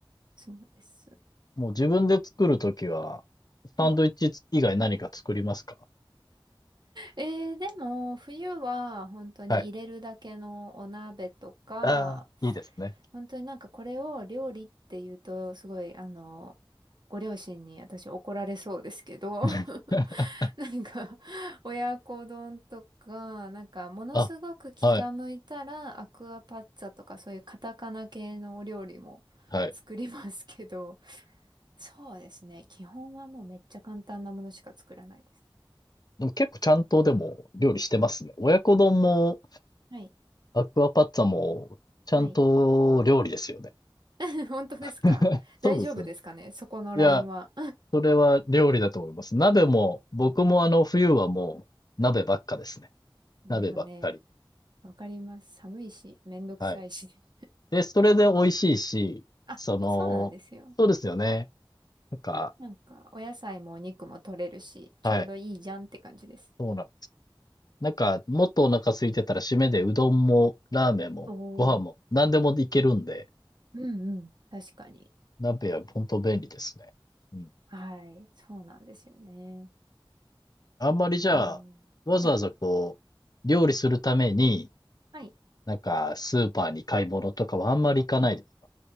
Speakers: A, on the right; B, on the left.
A: そうです。
B: う。もう自分で作るときは、
A: はい。
B: サンドイッチ以外何か作りますか
A: えー、でも、冬は本当に入れるだけのお鍋とか、
B: はい。ああいいですね。
A: 本当になんかこれを料理って言うと、すごい、あの、ご両親に私怒られそうですけど、
B: <laughs>
A: <laughs> なんか、親子丼とか、なんか、ものすごく気が向いたら、
B: あ、はい、
A: アクアパッツァとか、そういうカタカナ系のお料理も作りますけど、
B: はい。
A: そうですね。基本はもうめっちゃ簡単なものしか作らないです。
B: でも結構ちゃんとでも料理してますね。親子丼も
A: はい。
B: アクアパッツァもちゃんと料理ですよね。
A: はい。<laughs> 本当ですか大丈夫ですかねそこのラインは。
B: <laughs> そうですよね。いや、それは料理だと思います。鍋も、僕もあの冬はもう鍋ばっかですね。
A: でもね、
B: 鍋ばっかりで。
A: わかります。寒いし、めんどくさいし。
B: はい。で、それで美味しいし、
A: あ、
B: その、
A: そうなんですよ。
B: そうですよね。
A: うん。
B: なんか、
A: なんか、お野菜もお肉も取れるし、ちょうどいいじゃんって感じです。
B: はい。そうなんです。なんか、もっとお腹空いてたら締めでうどんもラーメンもご飯も何でもいけるんで、
A: おお、うんうん。確かに。
B: 鍋は本当便利ですね。うん。
A: はい。そうなんですよね。
B: あんまりじゃあ、
A: と、
B: わざわざこう、
A: はい。
B: 料理するために、
A: はい。
B: なんかスーパーに買い物とかはあんまり行かないですか
A: うん。